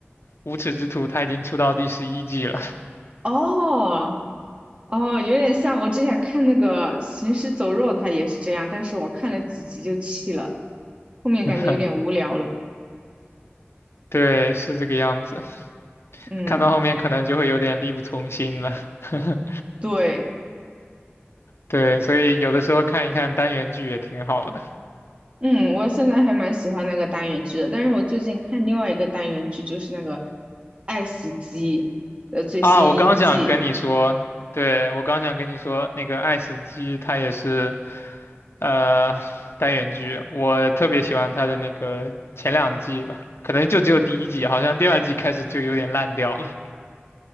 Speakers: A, on the left; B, on the right.
A: 《无耻之徒》，它已经出到第十一季了，
B: 哦。哦，有点像我之前看那个《行尸走肉》，它也是这样，但是我看了几集就弃了，后面感觉有点无聊了。
A: <laughs> 对，是这个样子。
B: 嗯，
A: 看到后面可能就会有点力不从心了。<laughs>
B: 对，
A: 对，所以有的时候看一看单元剧也挺好的
B: 嗯，我现在还蛮喜欢那个单元剧的，但是我最近看另外一个单元剧，就是那个《爱死机》的最新一季。
A: 啊。我刚想跟你说，对，我刚想跟你说，那个爱死机它也是。呃，单元剧，我特别喜欢它的那个前两季吧，可能就只有第一季，好像第二季开始就有点烂掉了。